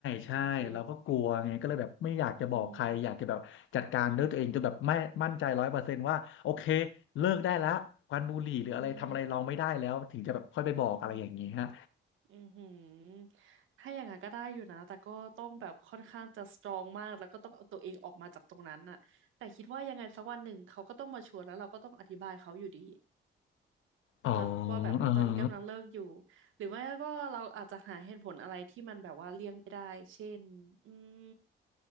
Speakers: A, on the left; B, on the right.
A: ใช่เราก็กลัวไงก็เลยแบบไม่อยากจะบอกใครอยากจะแบบจัดการด้วยตัวเองจนแบบไม่มั่นใจร้อยเปอร์เซนต์ว่าโอเค
B: โอเคอืม
A: เลิกได้แล้วควันบุหรี่หรืออะไรทำอะไรเราไม่ได้แล้วถึงจะแบบค่อยไปบอกอะไรอย่างนี้ฮะ
B: อืมอืม อือหือถ้าอย่างนั้นก็ได้อยู่นะ แต่ก็ต้องแบบค่อนข้างจะสตรองมากแล้วก็ต้องเอาตัวเองออกมาจากตรงนั้นน่ะแต่คิดว่ายังไงสักวันหนึ่งเขาก็ต้องมาชวนแล้วเราก็ต้องอธิบายเขาอยู่ดี
A: อ๋อ
B: เนาะว่าแบบตอนนี้กำลังเลิกอยู่
A: อ่าฮะ
B: หรือไม่ก็เราอาจจะหาเหตุผลอะไรที่มันแบบว่าเลี่ยงไม่ได้เช่นอืม